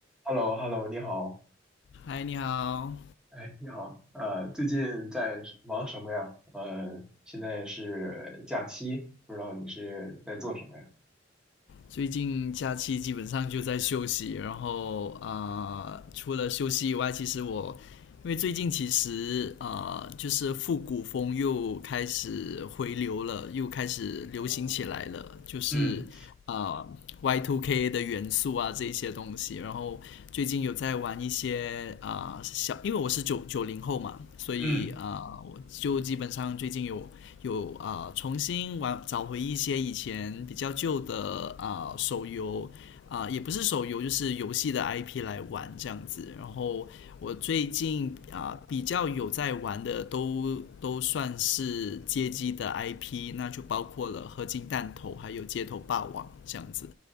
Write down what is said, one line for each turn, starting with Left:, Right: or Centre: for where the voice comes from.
Centre: h e l l o h e l l o 你好，
Left: 嗨，你好。
Centre: 哎，你好，呃，最近在忙什么呀？呃，现在是假期，不知道你是在做什么呀？
Left: 最近假期基本上就在休息，然后呃，除了休息以外，其实我因为最近其实呃，就是复古风又开始回流了，又开始流行起来了，就是呃
Centre: 嗯
Left: Y2K 的元素啊这一些东西。然后最近有在玩一些啊、呃小，因为我是九九零后嘛，所以啊、
Centre: 嗯，
Left: 呃我就基本上最近。有。有啊、呃重新玩找回一些以前比较旧的啊、呃手游啊、呃也不是手游，就是游戏的 IP 来玩这样子。然后我最近啊、呃比较有在玩的都都算是街机的 IP，那就包括了《合金弹头》还有《街头霸王》这样子。